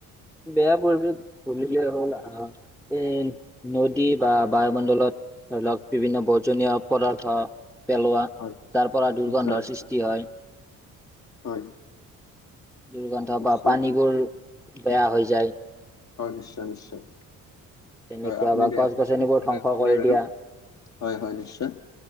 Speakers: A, in the centre; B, on the left.
A: বেয়া পৰিৱেশ বুলিলে হ'ল আহ এ নদী বা বায়ুমণ্ডলত ধৰি লওক বিভিন্ন বৰ্জনীয় পদাৰ্থ পেলোৱা
B: হয়
A: তাৰ পৰা দুৰ্গন্ধৰ
B: নিশ্চয় নিশ্চয়
A: সৃষ্টি হয়।
B: হয়
A: দুৰ্গন্ধ
B: নিশ্চয়
A: বা পানীবোৰ বেয়া হৈ যায়।
B: হয় নিশ্চয় নিশ্চয়
A: তেনেকুৱা
B: হয় আপুনি
A: বা
B: বেয়াখিনি
A: গছ গছনিবোৰ
B: সম্পূৰ্ণকে
A: ধ্বংস
B: কলে
A: কৰি
B: বাৰু
A: দিয়া
B: হয় হয় নিশ্চয়